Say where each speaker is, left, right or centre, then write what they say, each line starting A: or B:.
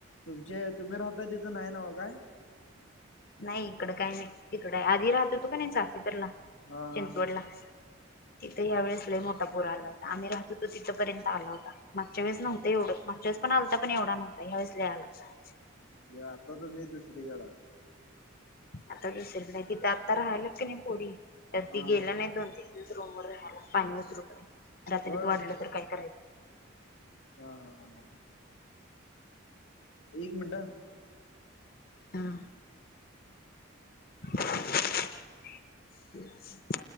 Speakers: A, on the left; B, on the left.
A: तुमचे तुम्ही राहताय तिथं नाही न्हव काय?
B: नाही इकडं काही नाही इकड आधी राहत होतो का नाही चाफेकरला
A: हा
B: चिंचवडला
A: हा हा
B: तिथं या वेळेस लई मोठा पूर आला होता. आम्ही राहत होतो तिथंपर्यंत आला होता. मागच्या वेळेस नव्हत एवढं. मा च्या वेळेस पण आलता पण येवढा नव्हता ह्यावेळेस लई आला होता.
A: म्हणजे आता तुम्ही दुसरीकड हाय.
B: आता दिसेल नाही, तिथ आता राहिल्यात की नाही पोरी. तर ती
A: हा
B: गेला नाही दोन-तीन दिवस रूमवर राहायला पाणी उतरू पर्यंत रात्रीत
A: होय
B: वाढलं तर काय करायचं.
A: हा हा हा हा. एक मिनिट हा.
B: हा. <inaudible>